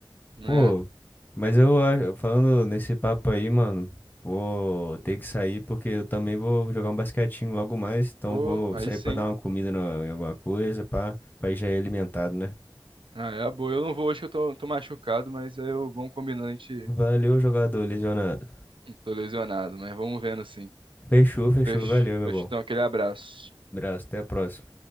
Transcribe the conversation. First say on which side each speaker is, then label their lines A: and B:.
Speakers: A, on the right; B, on the left.
A: né
B: Pô, mas eu a- falando nesse papo aí, mano, vou ter que sair porque eu também vou jogar um basquetinho logo mais, então
A: Pô,
B: vou
A: aí
B: sair
A: sim.
B: pra dar uma comida na- em alguma coisa, pá, pra ir já ir alimentado, né?
A: Ah, é a boa. Eu não vou hoje que eu tô, tô machucado, mas eu vamos combinando, a gente
B: Valeu, jogador lesionado.
A: tô lesionado, mas vamos vendo assim.
B: Fechou, fechou,
A: Fecho,
B: valeu, meu
A: fecho,
B: bom.
A: então, aquele abraço.
B: Abraço, até a próxima.